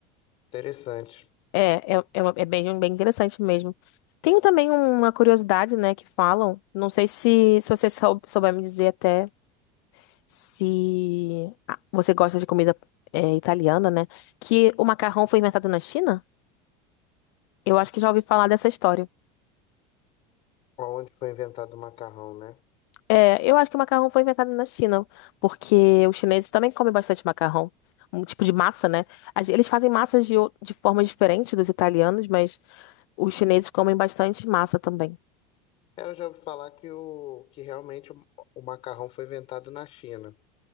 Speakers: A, on the left; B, on the left.
A: interessante.
B: É, é, é, uma- é bem, bem interessante mesmo. Tem também uma curiosidade, né, que falam. Não sei se, se você sou- souber me dizer até se ah, você gosta de comida é, italiana, né? Que o macarrão foi inventado na China? Eu acho que já ouvi falar dessa história.
A: Onde foi inventado o macarrão, né?
B: É, eu acho que o macarrão foi inventado na China, porque os chineses também comem bastante macarrão. Um tipo de massa, né? As- Eles fazem massas de, o- de formas diferentes dos italianos, mas os chineses comem bastante massa também.
A: É, Eu já ouvi falar que, o, que realmente o, o macarrão foi inventado na China,